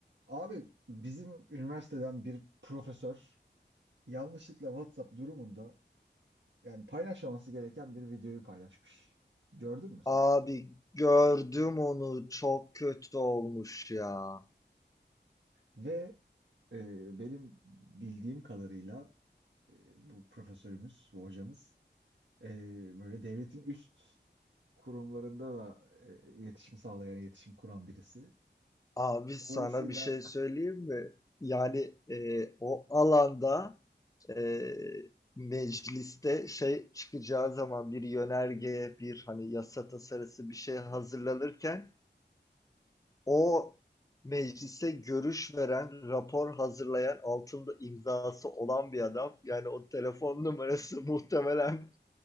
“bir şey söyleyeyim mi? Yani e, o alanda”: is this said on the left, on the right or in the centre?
Left